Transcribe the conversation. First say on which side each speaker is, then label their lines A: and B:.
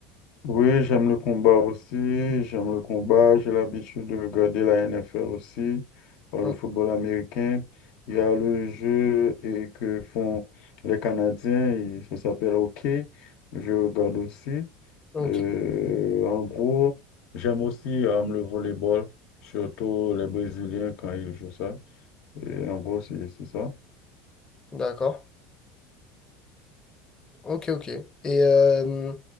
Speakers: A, on the left; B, on the left.
A: Oui, j'aime le combat aussi, j'aime le combat, j'ai l'habitude de regarder la NFL aussi, euh,
B: Oh,
A: le football américain. Il y a le jeu et que font les Canadiens, et ça s'appelle hockey, je regarde aussi.
B: Ok,
A: Euh, en gros, j'aime aussi euh, le volleyball, surtout les Brésiliens quand ils jouent ça. Et en gros, c'est c'est ça.
B: d'accord. Ok, ok. Et euh,